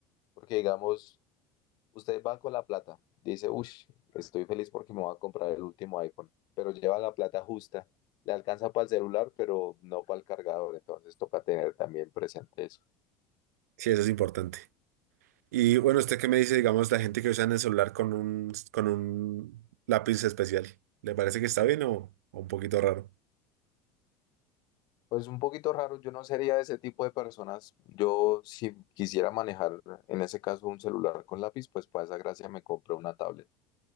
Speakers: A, on the left; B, on the right.
A: porque, digamos, usted va con la plata, dice, uff, estoy feliz porque me voy a comprar el último iPhone, pero lleva la plata justa, le alcanza para el celular, pero no para el cargador, entonces, toca tener también presente eso.
B: Sí, eso es importante. Y bueno, ¿usted qué me dice, digamos, la gente que usa en el celular con un, con un lápiz especial? ¿Le parece que está bien o, o un poquito raro?
A: Pues un poquito raro, yo no sería de ese tipo de personas. Yo si quisiera manejar en ese caso un celular con lápiz, pues para esa gracia me compro una tablet.